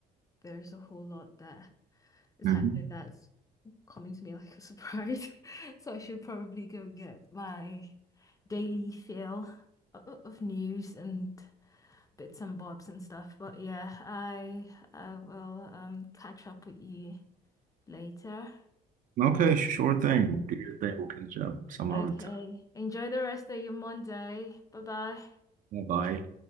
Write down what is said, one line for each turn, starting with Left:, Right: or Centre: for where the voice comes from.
Left: there's a whole lot that is
Right: Mhm.
Left: happening that's coming to me like a surprise. <laughs> So I should probably go get my daily fill o- of news and bits and bobs and stuff. But yeah, I I will um catch up with you later.
Right: Okay, sure
Left: Okay.
Right: thing. Do your thing. We'll catch up some
Left: Okay.
Right: other time.
Left: Enjoy the rest of your Monday. Bye bye.
Right: Bye Bye.